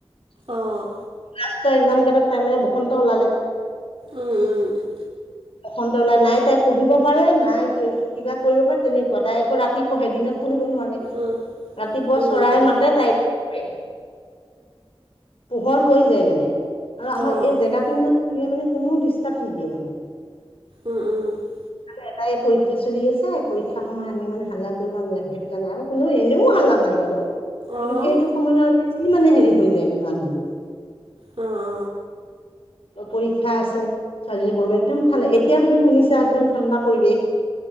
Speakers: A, on the left; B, on the right.
A: <inaudible>
B: অঁ
A: লাষ্টৰ একজামকেইটাত তাইৰ মানে বসন্ত ওলালে। <unintelligible>
B: উম-উম। <unintelligible>
A: বসন্ত ওলাই <inaudible> নাই তাই পঢ়িব পাৰে, নাই কিবা কৰিব পাৰে তেনেকুৱা তাই আকৌ ৰাতি পঢ়ে, দিনত পঢ়িব নোৱাৰে।
B: উম
A: <unintelligible> <unintelligible> ৰাতিপুৱা
B: উম
A: চৰাই মাতে তাই শোৱে। পোহৰ হৈ যায় মানে আৰু আমাৰ
B: উম
A: এই জেগাটো ইমান <unintelligible> <unintelligible> তেতিয়া মানে কোনো ডিষ্টাৰ্ব নিদিয়ে মানে।
B: উম-উম। <unintelligible>
A: মানে <unintelligible> এটাই পৰীক্ষা চলি আছে, পৰীক্ষা সময়ত আমি মানে হাল্লা কৰিব নালাগে সেইটো কাৰণে আৰু কোনো এনেও হাল্লা নাই বাৰু। <unintelligible>
B: অঁ
A: কিন্তু সেইটো সময়ত আৰু বেছি মানে হেৰি হৈ যায় মানে মানুহবোৰ। <unintelligible>
B: অঁ <inaudible>
A: পৰীক্ষা আছে <unintelligible> ছোৱালীজনী পঢ়িব একদম ঠাণ্ডা। এতিয়া তুমি শুনিছা একদম ঠাণ্ডা পৰিৱেশ। <unintelligible>